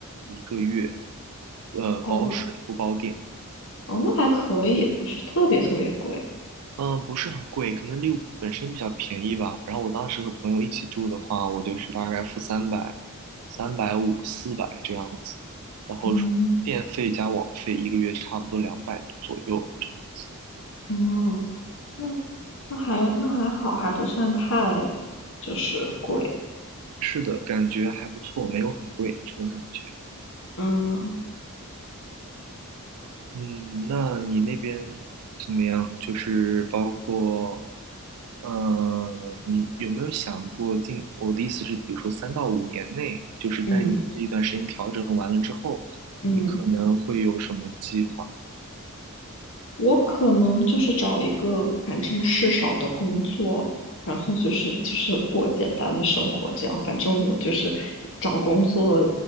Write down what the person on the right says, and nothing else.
一个月，呃，
包水不包电，
嗯、不是很贵，可能利物浦本身比较便宜吧。然后我当时和朋友一起住的话，我就是大概付三百、三百五、四百这样子，然后是电费加网费一个月差不多两百左右这样子。
是的，感觉还不错，没有很贵这种感觉。
嗯，那你那边怎么样？就是包括，呃，你有没有想过近？我的意思是，比如说三到五年内，就是在你这一段时间调整完了之后，
你可能会有什么计划？